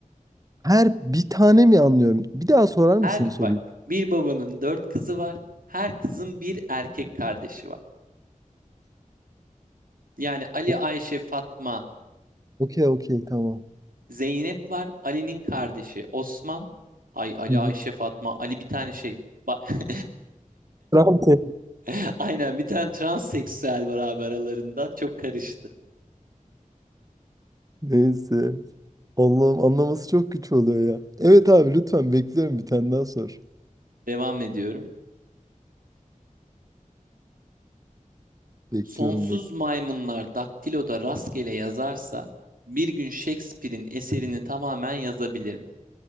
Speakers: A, on the right; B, on the right.
A: her bir tane mi anlıyorum? Bir daha sorar mısın
B: Her
A: soruyu?
B: bak bir babanın dört kızı var. Her kızın bir erkek kardeşi var. Yani Ali,
A: O-
B: Ayşe, Fatma,
A: Okey okey tamam.
B: Zeynep var. Ali'nin kardeşi Osman. Ay Ali,
A: Hı hı.
B: Ayşe, Fatma. Ali bir tane şey. Ba-
A: Tamam, te-
B: <laughs> Aynen bir tane transseksüel var abi aralarında. Çok karıştı.
A: Neyse. Allah'ım anlaması çok güç oluyor ya. Evet abi lütfen bekliyorum bir tane daha sor.
B: Devam ediyorum.
A: Bekliyorum
B: Sonsuz
A: bek.
B: maymunlar daktiloda rastgele yazarsa bir gün Shakespeare'in eserini tamamen yazabilir mi?